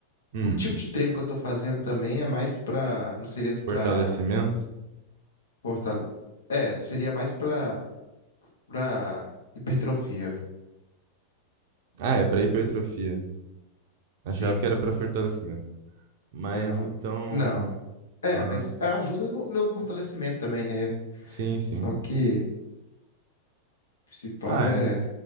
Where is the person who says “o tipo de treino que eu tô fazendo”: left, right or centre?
Left